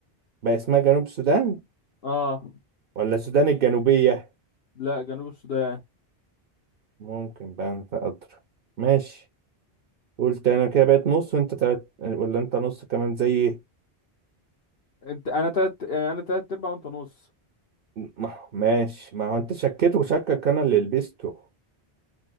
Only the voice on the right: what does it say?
بقى اسمها جنوب السودان
ولا السودان الجنوبية
ممكن بقى انت ادرى ماشي قلت انا كده بقيت نص وانت تلات ولا انت نص كمان زيي
ما- ماشي ما هو انت شكيت وشكك انا اللي لبسته